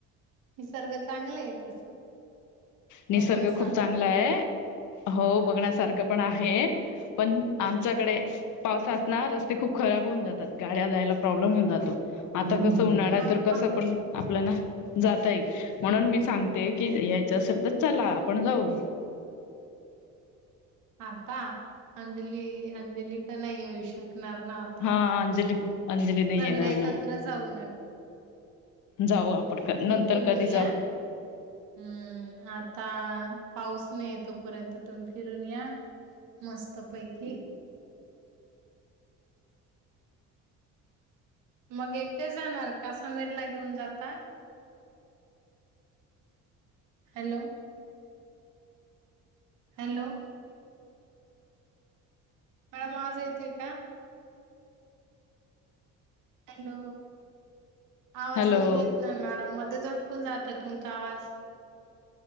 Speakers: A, on the right; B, on the left.
A: निसर्ग चांगले आहे तस
B: निसर्ग
A: बघण्यासारखं
B: खूप चांगला
A: पण
B: आहे हो
A: हम्म.
B: बघण्यासारखं पण आहे पण आमच्याकडे पावसात ना रस्ते खूप खराब होऊन जातात गाड्या जायला प्रॉब्लेम होऊन जातो आता
A: मग
B: कसं उन्हाळा तर कसं
A: पा
B: पण आपल्याला जाता येईल म्हणून मी सांगते की त्या सर तरच ला आपण जाऊ
A: आता अंजली अंजली तर नाही येऊ शक नार ना आता
B: हा अंजली अंजली नाही
A: सगळे
B: येणार
A: एकत्र
B: ना.
A: जाऊन या मग
B: जाऊ आपण नंतर
A: फिरून
B: कधी
A: या
B: जाऊ
A: हम्म आता पाऊस नाही य तोपर्यंत तुम्ही फिरून या मस्त पैकी मग एकटे जाणार का समीर ला घेऊन जाता हॅलो हॅलो मला आवाज येतय का हॅलो आवाज
B: हॅलो
A: नाही येत ना मॅडम मध्ये कोण जातोय तुमचा आवाज